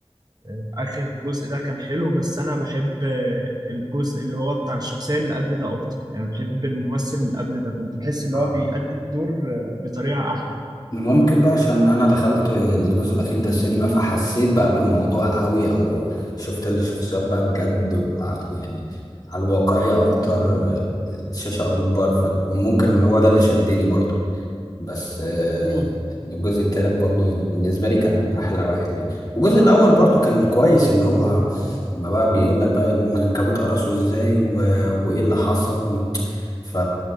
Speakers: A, on the right; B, on the left.
A: آه، اخر جزء ده كان حلو بس انا بحب آه، الجزء اللي هو بتاع الشخصيه اللي قبل ده اكتر يعني بحب الممثل اللي قبل ده كنت بحس اللي
B: بس
A: هو بيأدي الدور آه، بطريقه احلى
B: ممكن بقى عشان انا دخلت الجزء الاخير ده السينما فحسيت بقى بالموضوع قوي او شفت الشخصيات بقى بجد وع- يعني على الواقعية اكتر الشاشة اكبر فممكن هو ده اللي شدني برضه بس آه،
A: مم.
B: الجزء التالت برضو يعني بالنسبة لي كان أحلى واحد يعني الجزء الأول برضو كان كويس اللي هو لما بقى بيقول لك بقى إن العنكبوت قرصه إزاي و... وإيه اللي حصل ف